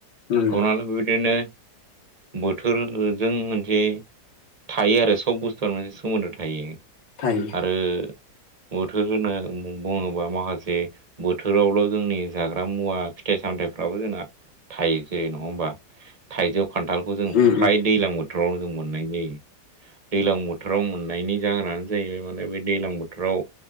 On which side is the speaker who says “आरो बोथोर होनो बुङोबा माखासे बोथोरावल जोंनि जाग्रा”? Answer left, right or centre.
Right